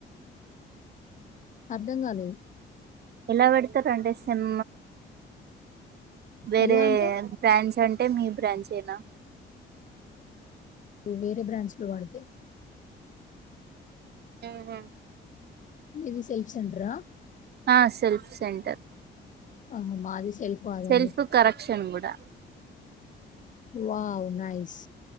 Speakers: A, on the left (about 40°); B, on the right (about 55°).
A: అర్థం గాలేదు.
B: ఎలా పెడతారు అంటే సమ్ వేరే
A: ఎలా అంటే?
B: బ్రాంచ్ అంటే మీ బ్రాంచేనా
A: ను వేరే బ్రాంచ్ లో వాడితే
B: ఉహు
A: మీది సెల్ఫ్ సెంటరా?
B: ఆ సెల్ఫ్ సెంటర్
A: ఆ మాది సెల్ఫ్ కాదండి
B: సెల్ఫ్ కరెక్షన్ కూడా
A: వావ్ నయిస్